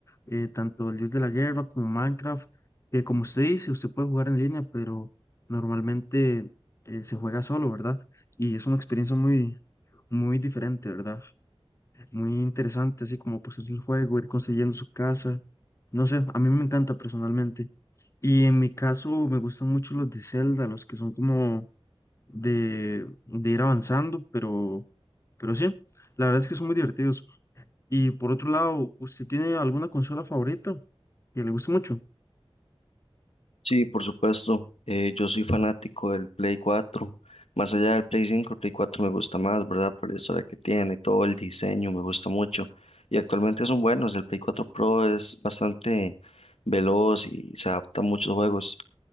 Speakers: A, on the left; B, on the left.
A: Eh, tanto el Dios de la Guerra como Minecraft, que como usted dice, usted puede jugar en línea, pero normalmente eh, se juega solo, ¿verdad? Y es una experiencia muy, muy diferente, ¿verdad? Muy interesante, así como pues es el juego, ir construyendo su casa. No sé, a mí me encanta personalmente. Y en mi caso me gustan mucho los de Zelda, los que son como de, de ir avanzando, pero, pero sí, la verdad es que son muy divertidos. Y por otro lado, ¿usted tiene alguna consola favorita que le guste mucho?
B: Sí, por supuesto. eh, yo soy fanático del Play 4. Más allá del Play cinco, el Play 4 me gusta más, ¿verdad? Por la historia que tiene, todo el diseño me gusta mucho. Y actualmente son buenos. El Play cuatro Pro es bastante veloz y se adapta a muchos juegos.